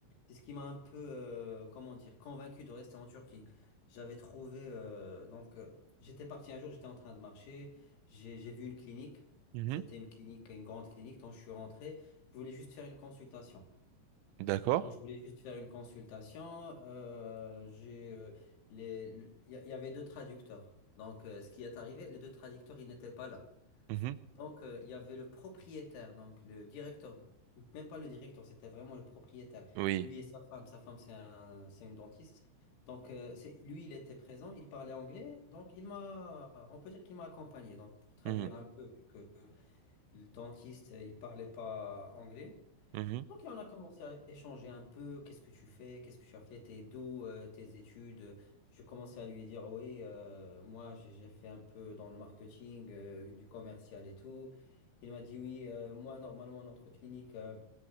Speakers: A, on the left (about 70°); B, on the right (about 80°).
A: c'est ce qui m'a un peu euh, comment dire convaincu de rester en Turquie. J'avais trouvé euh, donc euh, j'étais parti un jour, j'étais en train de marcher, j'ai j'ai vu une clinique.
B: Mhm.
A: C'était une clinique, une grande clinique donc je suis rentré. Je voulais juste faire une consultation.
B: D'accord.
A: Donc, je voulais juste faire une consultation. euh, j'ai, euh, les, le- il y, a- il y avait deux traducteurs. Donc, euh, ce qui est arrivé, les deux traducteurs, ils n'étaient pas là.
B: Mhm.
A: Donc, euh, il y avait le propriétaire, donc le directeur, même pas le directeur, c'était vraiment le propriétaire.
B: Oui.
A: Lui et sa femme. Sa femme, c'est un, c'est une dentiste. Donc, euh, c'est, lui, il était présent, il parlait anglais. Donc, il m'a, on peut dire qu'il m'a accompagné. Donc, pour traduire
B: Mhm.
A: un peu, vu que le dentiste, il parlait pas anglais.
B: Mhm.
A: Donc on a commencé à échanger un peu, qu'est-ce que tu fais, qu'est-ce que tu as fait, tes d'où, euh, tes études. Je commençais à lui dire, oui, euh, moi j'ai j'ai fait un peu dans le marketing, euh, du commercial et tout. Il m'a dit, oui, euh, moi normalement notre clinique, euh,